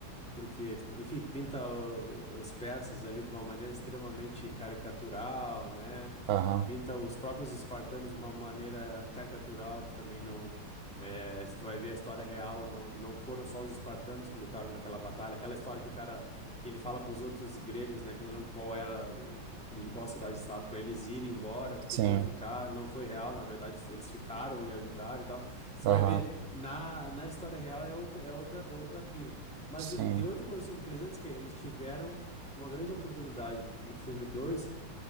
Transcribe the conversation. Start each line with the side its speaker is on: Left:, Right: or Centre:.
Centre: porque, enfim, pinta o- os persas ali de uma maneira extremamente caricatural, né?
Right: aham,
Centre: Pinta os próprios espartanos de uma maneira caricatural, que também não. É, se tu vai ver a história real, não, não foram só os espartanos que lutaram naquela batalha, aquela história que o cara. que ele fala para os outros gregos, né, que eu não lembro qual era, o- de qual cidade-estado, para eles irem embora, porque
Right: sim,
Centre: eles iam ficar, não foi real, na verdade, eles ficaram e ajudaram e tal. Você
Right: aham,
Centre: vai ver, na, na história real é outra, é outra, é outra pira. Mas
Right: sim,
Centre: uh, tem outra coisa sobre 300 que é, eles tiveram uma grande oportunidade no filme 2